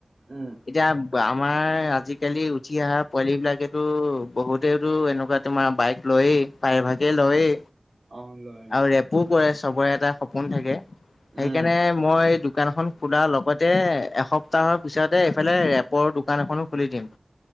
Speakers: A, on the right; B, on the left.
A: উম।
B: এতিয়া আমাৰ আজি আজিকালি উঠি অহা পোৱালি বিলাকেতো বহুতেতো এনেকুৱা তোমাৰ বাইক লৈয়েই। প্ৰাইভাগে লয়েই
A: অ' লয়
B: আৰু
A: লয়।
B: ৰেপো কৰে, চবৰে এটা সপোন থাকে। সেইকাৰণে
A: উম,
B: মই দোকানখন খোলাৰ লগতে, এসপ্তাহৰ পিছতে এইফালে ৰেপৰ দোকান এখনো খুলি দিম।